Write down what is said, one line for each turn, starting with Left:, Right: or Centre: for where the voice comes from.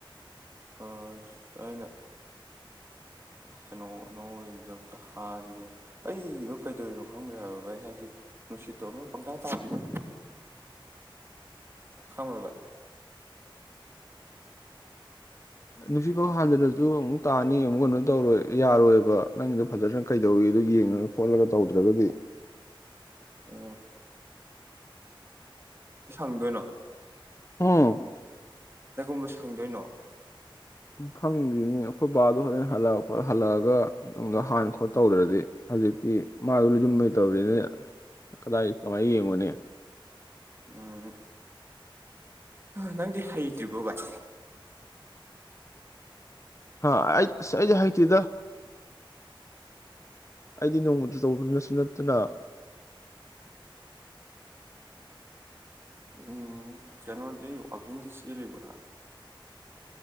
Right: ꯑꯁ ꯑꯩꯅ ꯀꯩꯅꯣ ꯅ‌ꯣꯏꯗ ꯑꯝꯇ ꯍꯥꯟꯒꯦꯅ ꯑꯩꯒꯤꯗꯣ ꯀꯩꯗꯧꯔꯤꯅꯣ ꯈꯪꯗ꯭ꯔꯦ ꯍꯥꯏꯕ ꯚꯥꯏ ꯍꯥꯏꯗꯤ ꯅꯨꯡꯁꯤꯠꯇꯣ ꯑꯃ ꯄꯪꯇꯥ ꯇꯥꯕꯤꯗ ꯈꯪꯕꯔ ꯚꯥꯏ
Left: ꯅꯨꯁꯤꯠ ꯐꯥꯎ
Right: ꯍꯜꯂꯣ
Left: ꯍꯥꯟꯖꯜꯂꯁꯨ ꯑꯃꯨꯛ ꯇꯥꯅꯤ ꯑꯃꯨꯛ ꯀꯩꯅꯣ ꯇꯧꯔꯣꯏ ꯌꯥꯔꯣꯏꯕ ꯅꯪꯗꯣ ꯐꯖꯅ ꯀꯩꯗꯧꯋꯤꯗ‌ꯣ ꯌꯦꯡꯉꯒ ꯈꯣꯠꯂꯒ ꯇꯧꯗ꯭ꯔꯒꯗꯤ
Right: ꯑ ꯁꯪꯗꯣꯏꯅꯣ
Left: ꯍꯨꯝ
Right: ꯀꯨꯝꯕ ꯁꯪꯗꯣꯏꯅꯣ
Left: ꯎꯝ ꯈꯪꯈꯤꯅꯤ ꯑꯩꯈꯣꯏ ꯕꯥꯗꯣ ꯍꯣꯔꯦꯟ ꯍꯜꯂꯛꯑ ꯈꯣꯠ ꯍꯜꯂꯛꯑꯒ ꯅꯨꯡꯗ ꯍꯥꯟꯅ ꯈꯣꯠ ꯇꯧꯗ꯭ꯔꯗꯤ ꯍꯧꯖꯤꯛꯇꯤ ꯃꯥꯖꯨ ꯌꯨꯝꯃꯩ ꯇꯧꯔꯤꯅꯦ ꯀꯗꯥꯏ ꯀꯃꯥꯏ ꯌꯦꯡꯉꯨꯅꯤ
Right: ꯎꯝ ꯅꯪꯗꯤ ꯍꯩꯇ꯭ꯔꯤꯕꯣ ꯚꯏ
Left: ꯍꯥ ꯑꯩ ꯑꯩꯗꯤ ꯍꯩꯇꯦꯗ ꯑꯩꯗꯤ ꯅꯣꯡꯃꯗ ꯇꯧꯕꯅꯠꯁꯨ ꯅꯠꯇꯅ
Right: ꯎꯝ ꯀꯩꯅꯣꯗꯤ ꯋꯥꯀꯤꯡꯗꯤ ꯁꯦꯜꯂꯤꯕꫭ ꯅꯪ